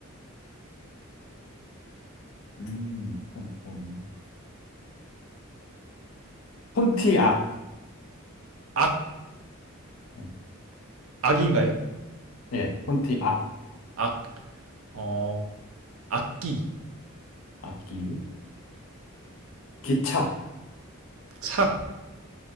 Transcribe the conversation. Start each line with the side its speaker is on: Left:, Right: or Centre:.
Left: 음, 폰, 폰. 폰티악.
Right: 악,
Left: 예,
Right: 악인가요?
Left: 예, 폰티악.
Right: 악, 어, 악기.
Left: 악기. 기차.
Right: 차,